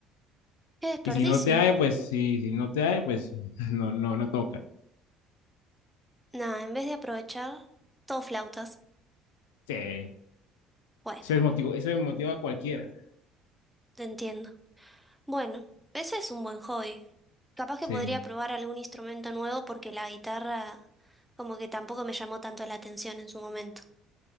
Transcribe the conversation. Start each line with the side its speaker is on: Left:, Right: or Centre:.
Centre: Qué desperdicio.
Left: Y si no te hay, pues si si no te hay, pues <laughs> no, no, no toca.
Centre: Nada, en vez de aprovechar, todo flautas.
Left: Sí.
Centre: Bueno,
Left: Eso es motivo, eso es motivo a cualquiera.
Centre: te entiendo. Bueno, ese es un buen hobby. Capaz que
Left: Sí.
Centre: podría probar algún instrumento nuevo porque la guitarra como que tampoco me llamó tanto la atención en su momento.